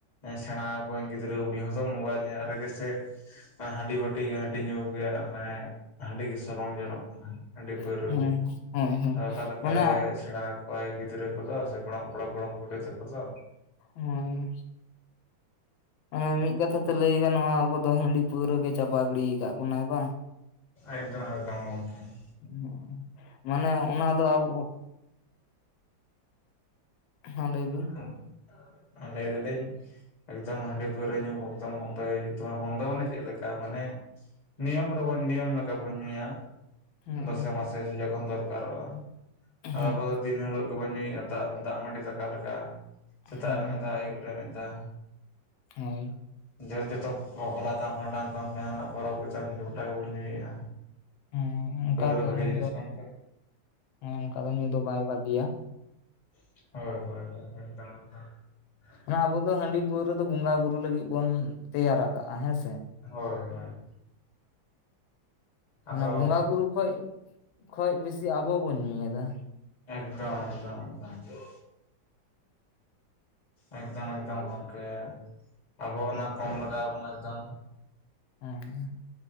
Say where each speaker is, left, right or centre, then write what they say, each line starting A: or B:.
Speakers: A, on the left (about 25°); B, on the left (about 85°).
A: ᱮᱸ ᱥᱮᱬᱟ ᱣᱟᱠᱚᱣᱟᱹᱧ ᱜᱤᱫᱽᱨᱟᱹ ᱩᱱᱤ ᱦᱚᱸᱛᱚ ᱢᱳᱵᱟᱭᱤᱞ ᱧᱮᱞ ᱠᱟᱛᱮ ᱜᱮᱥᱮ ᱦᱟᱺᱰᱤ ᱵᱟᱹᱴᱤ ᱜᱮ ᱦᱟᱺᱰᱤ ᱧᱩ ᱜᱮ ᱢᱮ ᱦᱟᱺᱰᱤ ᱜᱮ ᱥᱚᱞᱚᱝ ᱡᱚᱱᱚᱜ ᱦᱟᱹᱰᱤ ᱯᱟᱹᱣᱨᱟᱹ
B: ᱦᱮᱸ
A: ᱜᱮ
B: ᱦᱳᱭ ᱦᱳᱭ
A: ᱟ ᱚᱠᱟ ᱞᱮᱠᱟᱨᱮ
B: ᱚᱱᱟ
A: ᱥᱮᱬᱟ ᱚᱸᱠᱚᱭ ᱜᱤᱫᱽᱨᱟᱹ ᱠᱚᱫᱚ ᱥᱮ ᱜᱚᱲᱚᱢ ᱠᱚᱲᱟ ᱜᱚᱲᱚᱢ ᱠᱩᱲᱤ ᱛᱟᱠᱚ ᱫᱚ
B: ᱦᱳᱸᱭ᱾ ᱚᱧᱮ ᱢᱤᱫ ᱠᱟᱛᱷᱟ ᱛᱮ ᱞᱟᱹᱭ ᱜᱟᱱᱚᱜᱼᱟ ᱟᱵᱚ ᱫᱚ ᱦᱟᱺᱰᱤ ᱯᱟᱹᱣᱨᱟᱹ ᱜᱮ ᱪᱟᱵᱟ ᱜᱤᱲᱤ ᱠᱟᱫ ᱵᱚᱱᱟᱭ ᱵᱟᱝ!
A: ᱮᱠᱫᱚᱢ ᱮᱠᱫᱚᱢ ᱜᱮ ᱾
B: ᱦᱩᱸ ᱩᱸ ᱢᱟᱱᱮ ᱚᱱᱟ ᱫᱚ ᱟᱵᱚ ᱦᱮᱸ ᱞᱟᱹᱭ ᱵᱤᱱ᱾
A: <unintelligible> ᱞᱟᱹᱭ ᱫᱟᱞᱤᱧ᱾ ᱮᱠᱫᱚᱢ ᱦᱟᱺᱰᱤ ᱯᱟᱹᱣᱨᱟᱹ ᱧᱩ ᱮᱠᱫᱚᱢ ᱵᱚᱱᱫᱚᱭ ᱦᱩᱭᱩᱜ ᱛᱟᱢᱟ ᱵᱚᱱᱫᱚ ᱢᱟᱱᱮ ᱪᱮᱫᱞᱮᱠᱟ ᱢᱟᱱᱮ- -ᱱᱤᱭᱚᱢ ᱨᱮᱵᱚᱱ ᱱᱤᱭᱚᱢ ᱞᱮᱠᱟᱵᱚᱱ ᱧᱩᱭᱟ᱾
B: ᱦᱮᱸ
A: ᱫᱚᱥᱮ ᱢᱟᱥᱮ ᱡᱚᱠᱷᱚᱱ ᱫᱚᱨᱠᱟᱨᱚᱜᱼᱟ
B: ᱦᱮᱸ
A: ᱟᱵᱚ ᱫᱤᱱ ᱦᱤᱞᱳᱜ- ᱜᱮᱵᱚᱱ ᱧᱩᱭᱮᱜᱼᱟ ᱫᱟᱜ ᱫᱟᱜ ᱢᱟᱹᱰᱤ ᱫᱟᱠᱟ ᱞᱮᱠᱟ ᱥᱮᱛᱟᱜ
B: ᱦᱮᱸ
A: ᱨᱮ ᱢᱤᱫᱷᱟᱣ ᱟᱭᱩᱵ ᱨᱮ ᱢᱤᱫ ᱫᱷᱟᱣ᱾
B: ᱦᱳᱸᱭ᱾
A: ᱡ ᱡᱚᱛᱚ ᱵᱟᱯᱞᱟ ᱛᱟᱢ ᱵᱷᱟᱸᱰᱟᱱ ᱛᱟᱢ ᱡᱟᱦᱟᱱᱟᱜ ᱯᱚᱨᱚᱵᱽ ᱜᱮᱛᱟᱢ <inaudible> ᱜᱚᱴᱟ ᱜᱮᱵᱚᱱ ᱧᱩᱭᱮᱫᱼᱟ᱾
B: ᱦᱮᱸ ᱚᱱᱠᱟ
A: ᱯᱟᱹᱨᱟᱹ ᱫᱚ ᱵᱷᱟᱜᱮ
B: ᱧᱩ
A: ᱡᱤᱱᱤᱥ ᱠᱟᱱ ᱛᱮ
B: ᱦᱮᱸ ᱚᱱᱠᱟ ᱫᱚ ᱧᱩ ᱫᱚ ᱵᱟᱭ ᱵᱟᱜᱤᱭᱟ᱾
A: ᱦᱳᱭ ᱦᱳᱭ ᱦᱳᱭ ᱮᱠᱫᱚᱢᱮᱠᱫᱚᱢ <inaudible>
B: ᱚᱱᱟ ᱟᱵᱚ ᱫᱚ ᱦᱟᱺᱰᱤ ᱯᱟᱹᱣᱨᱟᱹ ᱫᱚ ᱵᱚᱸᱜᱟ ᱵᱩᱨᱩ ᱞᱟᱹᱜᱤᱫ ᱵᱚᱱ ᱛᱮᱭᱟᱨ ᱟᱠᱟᱜ-ᱟ ᱦᱮᱸᱥᱮ᱾
A: ᱦᱳᱭ ᱦᱳᱭ᱾ ᱟᱫᱚ
B: ᱚᱱᱟ ᱵᱚᱸᱜᱟ ᱵᱩᱨᱩ ᱠᱷᱚᱡ ᱠᱷᱚᱡ ᱵᱮᱥᱤ ᱟᱵᱚ ᱵᱚᱱ ᱧᱩᱭᱮᱫᱟ᱾
A: ᱮᱠᱫᱚᱢ ᱮᱠᱫᱚᱢ ᱮᱠᱫᱚᱢ᱾ ᱮᱠᱫᱚᱢ ᱮᱠᱫᱚᱢ ᱜᱚᱢᱠᱮ ᱟᱵᱚ ᱚᱱᱟ ᱠᱚᱢ ᱞᱟᱜᱟᱣ ᱟᱵᱚᱱᱟ ᱮᱠᱫᱚᱢ᱾
B: ᱦᱩᱸ᱾